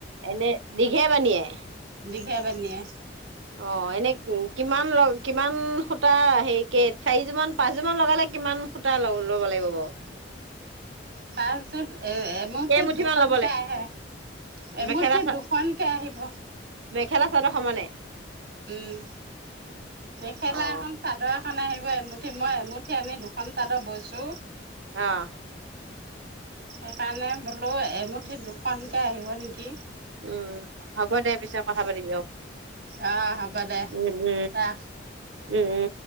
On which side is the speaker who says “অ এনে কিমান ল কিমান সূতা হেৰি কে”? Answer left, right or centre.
Right